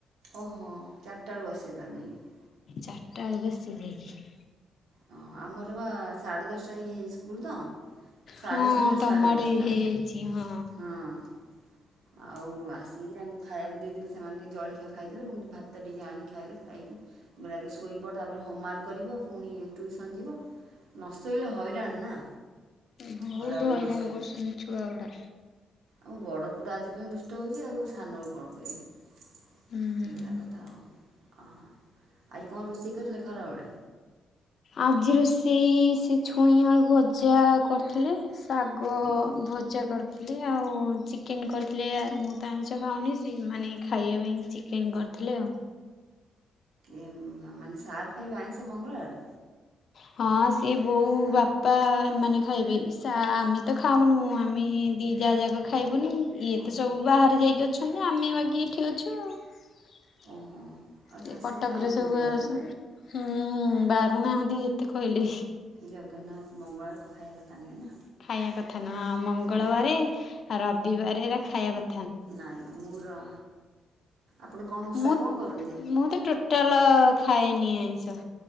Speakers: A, on the right; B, on the left.
A: ଓହୋ ଚାରିଟା ବେଳକୁ ଆସିବେ ତାହାଲେ ଯାଇକି।
B: ଚାରିଟା ବେଳକୁ ଆସିବେ ଯାଇକି।
A: ହଁ ଆମର ବା ସାଢ଼େ ଦଶଟା ହେଇ ସ୍କୁଲ ତ। ସାଢେ
B: ହଁ
A: ଛଅଟାରୁ
B: ତମ
A: ସାଢେ
B: ଆଡେ
A: ଦଶଟା
B: ହେଇଯାଇଛି ହଁ।
A: ହଁ। ଆଉ ଆସିକି ତାଙ୍କୁ ଖାଇବାକୁ ଦେଇଦେଲି ସେମାନେ ଟିକେ ଜଳଖିଆ ଖାଇଦେଲେ ମୁ ଭାତ ଟିକେ ଆଣି ଖାଇଲି ଖାଇକି ମୁଁ କହିଲି ଆଗେ ଶୋଇପଡ଼ ତାପରେ ହୋମ୍ୱାର୍କ କରିବ ପୁଣି ଟୁଇସନ ଯିବ। ନ ଶୋଇଲେ ହଇରାଣ ନା।
B: ବହୁତ
A: ଖରାବେଳେ
B: ହଇରାଣ
A: ନ
B: କରୁଛନ୍ତି ଛୁଆ ଗୁଡ଼ା।
A: ଆଉ ବଡ଼ ପୁଅଟା ଆଜି ପର୍ଯ୍ୟନ୍ତ ଦୁଷ୍ଟ ହେଉଛି ଆଉ ସାନକୁ କଣ କହିବି।
B: ହୁଁ।
A: ଏଇଭଳିଆ କଥା ଆଉ। ଅହ ଆଜି କଣ ରୋଷେଇ କରିଥିଲେ ଖରାବେଳେ?
B: ଆଜି ରୋଷେଇ ସେ ଛୁଇଁଆଳୁ ଭଜା କରିଥିଲେ। ଶାଗ
A: ଆଜ୍ଞା
B: ଭଜା କର ଥିଲେ ଆଉ ଚିକେନ୍ କରିଥିଲେ ମୁଁ ତ ଆଇଁଷ ଖାଉନି ସେମାନେ ଖାଇବା ପାଇଁ କେନ୍ କରିଥିଲେ ଆଉ।
A: ଏ ମାନେ ସାର୍ ଖାଇବେ ଆଇଁଷ ମଙ୍ଗଳବାର।
B: ହଁ ସିଏ ବୋଉ
A: ସା
B: ବା ପା ଏମାନେ ଖାଇବେ ସା ଆମେ ତ ଖାଉନୁ ଆମେ ଦି ଯା ଯାକ ଖାଇବୁନି ଇଏ
A: ଓହୋ
B: ତ ସବୁ ବାହାରେ ଯାଇକି ଅଛନ୍ତି ଆମେ ବାକି ଏଇଠି ଅଛୁ ଆଉ। ଏଇ
A: ଓହୋ ଆଉ ଶାଶୁ
B: କଟକରେ
A: ବି ଖାଆନ୍ତି
B: ସବୁ
A: ମଙ୍ଗଳବାର
B: ଅସ
A: ନା
B: ହୁଁ ବାରୁନାହାନ୍ତି ଯେତେ କହିଲେ।
A: ଜଗନ୍ନାଥ ମଙ୍ଗଳବାର ଖାଇବା କଥା ନୁହେଁ ନା
B: ଖାଇବା କଥା ନୁହଁ ମଙ୍ଗଳବାରେ
A: ନା
B: ରବିବାରେ ଖାଇବା କଥା ନୁ
A: ନାଇଁ ମୁଁ ର ଆପଣ କଣ ଉଷା
B: ମୁଁ
A: କଣ କରନ୍ତିଆ।
B: ମୁଁ ତ ଟୋ ଟାଲ ଖାଏନି ଆଇଁଷ।